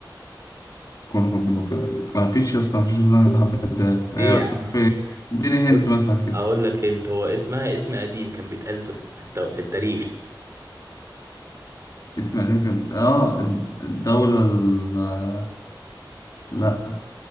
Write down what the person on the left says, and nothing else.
كونغو الديمقراطية آه، مفيش يا اسطى مفيش دولة عربية بحرف الدال هي
في اديني هنت
مثلا كده
اسم يمكن بت... اه الدولة ال... آه، لا